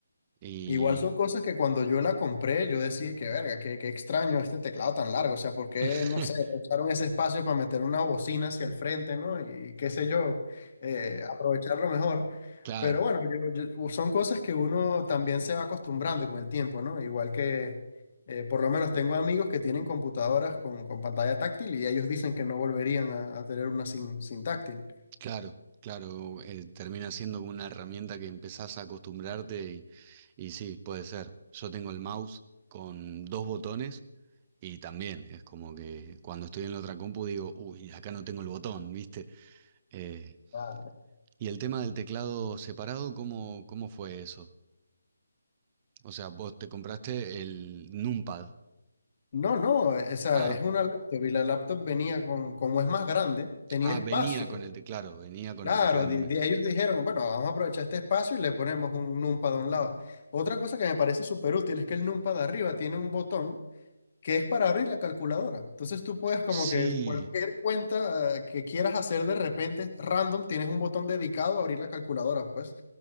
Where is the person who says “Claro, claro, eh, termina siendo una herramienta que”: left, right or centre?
Right